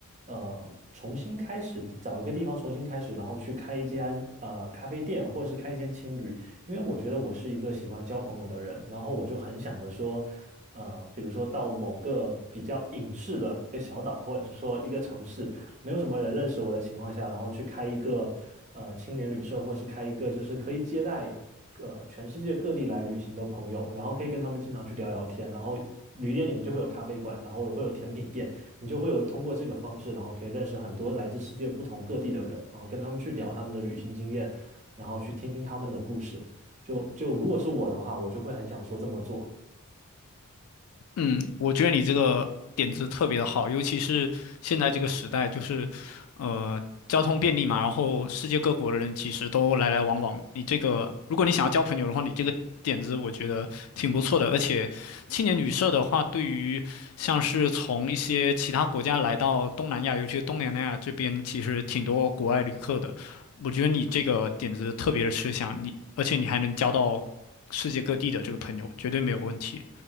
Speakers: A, on the right; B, on the left.
A: 呃，重新开始，找一个地方重新开始，然后去开一间呃咖啡店，或者是开一间青旅，因为我觉得我是一个喜欢交朋友的人，然后我就很想着说。呃，比如说到某个比较隐士的一个小岛，或者是说一个城市，没有什么人认识我的情况下，然后去开一个呃青年旅社，或者是开一个就是可以接待呃全世界各地来旅行的朋友，然后可以跟他们经常去聊聊天，然后旅店里面就会有咖啡馆，然后也会有甜品店，你就会有通过这个方式，然后可以认识很多来自世界不同各地的人，然后跟他们去聊他们的旅行经验，然后去听听他们的故事。就就如果是我的话，我就会很想说这么做。
B: 嗯，我觉得你这个点子特别的好，尤其是现在这个时代，就是，呃，交通便利嘛，然后世界各国的人其实都来来往往。你这个，如果你想要交朋友的话，你这个点子我觉得挺不错的。而且，青年旅社的话，对于像是从一些其他国家来到东南亚，尤其是东南亚这边，其实挺多国外旅客的。我觉得你这个点子特别的吃香，你而且你还能交到世界各地的这个朋友，绝对没有问题。